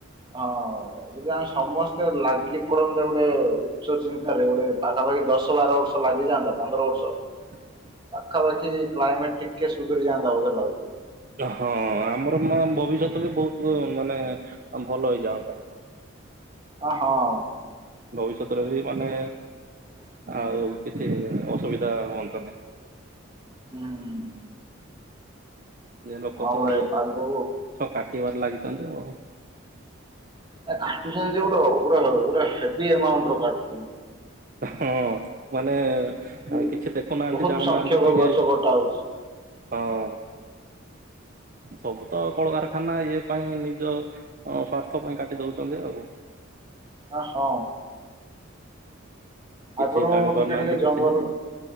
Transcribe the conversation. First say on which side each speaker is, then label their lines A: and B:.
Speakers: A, on the right (about 25°); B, on the right (about 40°).
A: ହଁ। ଯଦି ବି ଆମେ ସମସ୍ତେ ଲାଗି ପଡନ୍ତେ ଗୋଟେ ଉଚ୍ଚ ଚିନ୍ତାରେ, ଗୋଟେ ପାଖା ପାଖି ଦଶ ବାର ବର୍ଷ ଲାଗିଯାନ୍ତା ପନ୍ଦର ବର୍ଷ
B: <unintelligible>
A: ପାଖାପାଖି କ୍ଲାଇମେଟ ଟିକେ ସୁଧୁରି ଯାଆନ୍ତା ବୋଧେ ଲାଗୁଚି।
B: ହଁ ଆମର ମା ଭବିଷ୍ୟତ ବି ବହୁତ ମାନେ ଭଲ ହେଇଯାଆନ୍ତା।
A: ହଁ ହଉ।
B: ଭବିଷ୍ୟତରେ ବି ମାନେ
A: ହୁଁ ହୁଁ।
B: ଆଉ କିଛି ଅସୁବିଧା ହୁଅନ୍ତାନି।
A: ହୁଁ।
B: ଈଏ ଲୋକ
A: ହଁ
B: ତ
A: ପରା
B: ସବୁ
A: ଏ ପାଗକୁ
B: କାଟିବାରେ ଲାଗିଚନ୍ତି ଆଉ।
A: ଏ କାଟୁଚନ୍ତି ଯେ, ଗୋଟେ ଗୋଟେ ଗୋଟେ ହେଭି ଏମାଉଣ୍ଟର କାଟୁଚନ୍ତି।
B: ହଁ ମାନେ
A: କିଏ
B: କିଛି ଦେଖୁନାହାନ୍ତି,
A: ବହୁତ
B: ଜାଣୁନାହାନ୍ତି
A: ସଂଖ୍ୟକ
B: କି
A: ଗଛ କଟା ହଉଛି।
B: ହଁ। ସବୁ ତ କଳକାରଖାନା ଇଏ ପାଇଁ ନିଜ ହଁ ସ୍ବାର୍ଥ ପାଇଁ କାଟି ଦଉଚନ୍ତି ଆଉ।
A: ଆ ହଁ।
B: କିଛି
A: ଆଗରୁ
B: ଜାଣି ପାରୁନାହାନ୍ତି
A: ଟିକେ ଟିକେ ଜଙ୍ଗଲ,
B: କିଛି ନାହିଁ